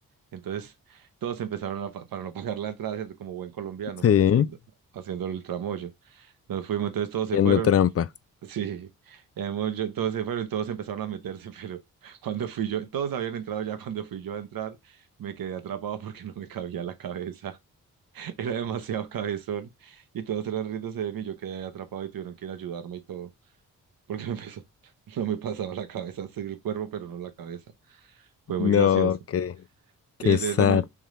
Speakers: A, on the right (about 65°); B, on the left (about 40°).
A: Entonces todos empezaron a, pa- para no pagar la entrada, ¿cierto? Como buen colombiano,
B: Sí.
A: haciendo, haciendo el tramoyo. Nos fuimos, entonces todos se
B: yendo
A: fueron.
B: trampa.
A: <laughs> Sí, hemos- yo- todos se fueron y todos empezaron a meterse, <laughs> pero cuando fui yo, todos habían entrado ya, cuando fui yo a entrar, me quedé atrapado porque no me cabía la cabeza. Era demasiado cabezón y todos eran riéndose de mí. Yo quedé atrapado y tuvieron que ir a ayudarme y todo, porque <laughs> me empezó, no me pasaba la cabeza, sí el cuerpo, pero no la cabeza. Fue
B: No,
A: muy gracioso.
B: qué, qué
A: Y desde
B: sad.
A: eso me,